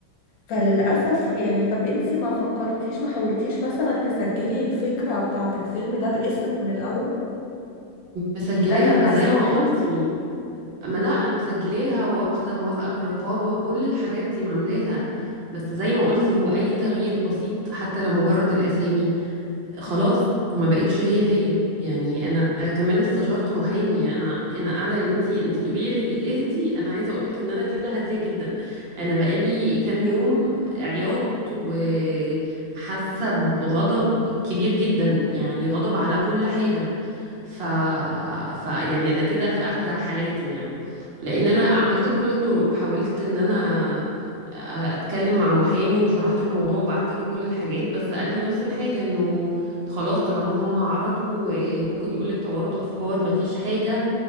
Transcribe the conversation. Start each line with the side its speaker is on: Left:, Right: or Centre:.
Left: فللأسف يعني طب انتي ما فكرتيش ما حاولتيش مثلا تسجلي الفكرة بتاعة الفيلم ده باسمك من الأول
Right: مسجلاها
Left: يعني ده كان
Right: بس
Left: هيساعدك
Right: زي ما قلتي ما
Left: مم.
Right: لا انا مسجلاها واخده موافقه من الرقابه وكل الحاجات دي معاملاها بس زي ما قلتي هو اي تغيير بسيط حتى لو مجرد الاسامي خلاص
Left: مم.
Right: ما بقتش هي هي يعني انا كمان استشرت محامي يعني انا انا قاعده يا بنتي انت بتقولي لي اهدي انا عايزه اقول لك ان انا كده هاديه جدا انا بقالي كام يوم عياط وحاسه بغضب كبير جدا يعني غضب على كل حاجه ف... ف يعني انا كده في اهدى حالاتي يعني لان انا عملت كل الطرق حاولت ان انا آه، اتكلم مع محامي وشرحت له الموضوع وبعت له كل الحاجات بس قال لي نفس الحاجه انه خلاص طالما هم عرضوا وممكن يقول لك توارد افكار مفيش حاجه